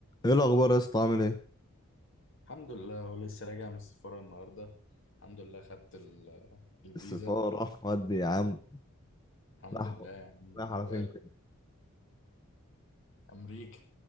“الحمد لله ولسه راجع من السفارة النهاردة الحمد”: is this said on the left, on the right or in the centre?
Left